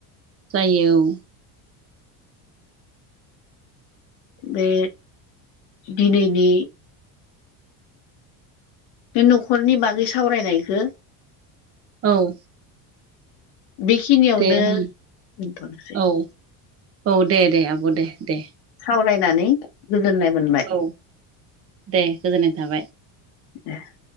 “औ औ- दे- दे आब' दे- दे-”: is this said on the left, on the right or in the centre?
Right